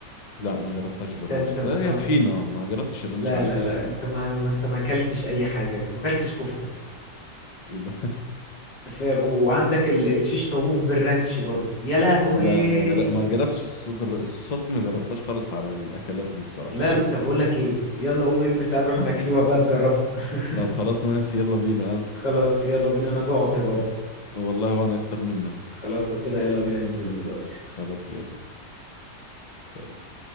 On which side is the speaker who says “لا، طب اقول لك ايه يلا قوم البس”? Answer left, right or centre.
Left